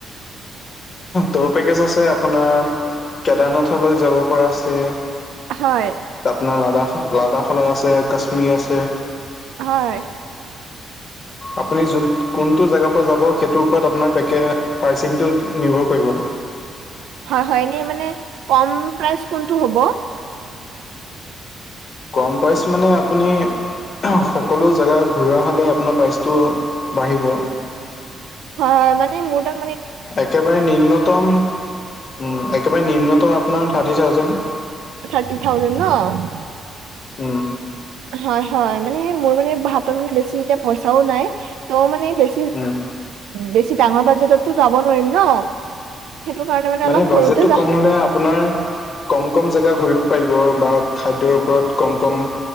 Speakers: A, on the left; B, on the right.
A: টুৰ পেকেজ আছে আপোনাৰ কেদাৰনাথলৈ যাব পৰা আছে।
B: হয়।
A: আপোনাৰ লাডাখ লাডাখলৈ আছে কাশ্মীৰ আছে।
B: হয়।
A: আপুনিটো জুন, কোনটো জেগা পা যাব, সেইটোৰ ওপৰত আপোনাৰ পেকে পৰ্শিং টো নিব কৰিব।
B: হয়' হয় এনে মানে, কম প্ৰাইচ কোনটো হ'ব।
A: কম পাইচ মানে আপুনি সকলো জেগা ঘূৰোৱা হলে আপোনাৰ প্ৰাইচটো বাঢ়িব।
B: হয়, হয় মানে মোৰ তাক
A: একেবাৰে নিম্নতম, উহ একেবাৰে নিম্নতম আপোনাৰ থাৰ্টি থাউজেণ্ড
B: থাৰ্টি থাউজেণ্ড ন।
A: উম।
B: হয় হয় মানে মোৰ মানে হাতত মানে বেছি এতিয়া পইচাও নাই ত মানে বেছি।
A: উম,
B: বেছি ডাঙৰ বাজেটতো যাব নোৱাৰম ন সেইটো কাৰণে। অলপ
A: মানে
B: সৰুতে
A: বাজেটটো
B: যাওঁ
A: কম হ'লে আপোনাৰ। কম কম জেগা ঘূৰিব পাৰিব বা খাদ্যৰ ওপৰত কম কম।